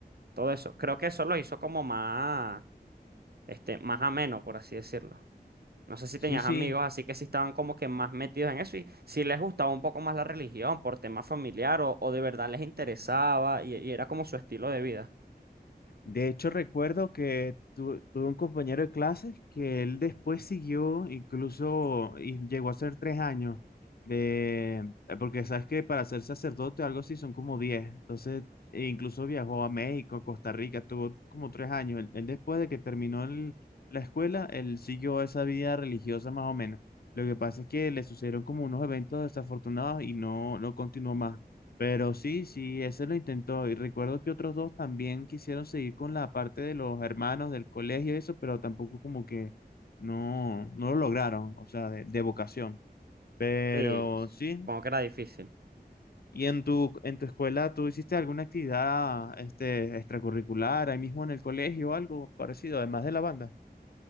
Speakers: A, on the right; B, on the left.
A: todo eso. Creo que eso lo hizo como más, este, más ameno, por así decirlo. No sé si
B: sí,
A: tenías
B: sí,
A: amigos, así que sí estaban como que más metidos en eso y si les gustaba un poco más la religión por tema familiar o, o de verdad les interesaba y, y era como su estilo de vida.
B: De hecho, recuerdo que tu- tuve un compañero de clases que él después siguió, incluso y llegó a ser tres años, de, eh, porque sabes que para ser sacerdote o algo así son como diez. Entonces, e incluso viajó a México, a Costa Rica, tuvo como tres años. Él, él después de que terminó el- la escuela, él siguió esa vida religiosa más o menos. Lo que pasa es que le sucedieron como unos eventos desafortunados y no, no continuó más. Pero sí, sí, ese lo intentó. Y recuerdo que otros dos también quisieron seguir con la parte de los hermanos del colegio y eso, pero tampoco como que no, no lo lograron, o sea, de, de vocación. Pero
A: Sí.
B: sí.
A: Supongo que era difícil.
B: ¿Y en tu, en tu escuela tú hiciste alguna actividad este, extracurricular ahí mismo en el colegio o algo parecido, además de la banda?